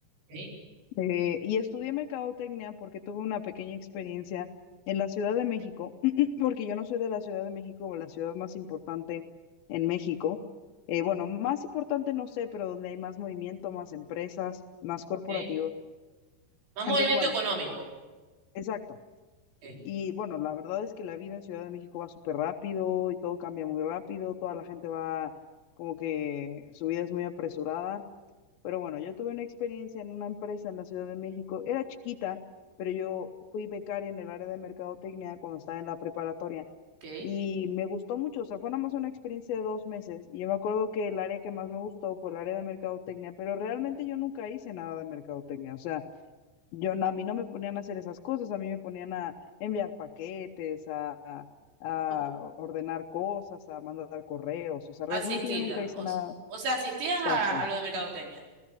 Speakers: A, on the right; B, on the left.
A: ¿ok?
B: eh, y estudié mercadotecnia porque tuve una pequeña experiencia en la Ciudad de México, <clears throat> porque yo no soy de la Ciudad de México o la ciudad más importante en México. Eh, bueno, más importante no sé, pero donde hay más movimiento, más empresas, más corporativos.
A: ¿ok? Más
B: Entonces,
A: movimiento
B: bueno.
A: económico.
B: Exacto.
A: ¿ok?
B: Y bueno, la verdad es que la vida en Ciudad de México va súper rápido y todo cambia muy rápido, toda la gente va como que su vida es muy apresurada. Pero bueno, yo tuve una experiencia en una empresa en la Ciudad de México, era chiquita, pero yo fui becaria en el área de mercadotecnia cuando estaba en la preparatoria
A: ¿ok?
B: y me gustó mucho, o sea, fue nada más una experiencia de dos meses y yo me acuerdo que el área que más me gustó fue el área de mercadotecnia, pero realmente yo nunca hice nada de mercadotecnia, o sea... Yo, no, a mí no me ponían a hacer esas cosas, a mí me ponían a enviar paquetes, a, a a
A: O-
B: ordenar cosas, a mandar correos, o sea, realmente
A: Asistir.
B: yo nunca
A: a-
B: hice
A: O,
B: nada.
A: s- o sea, asistías
B: Exacto,
A: a, a lo de mercadotecnia.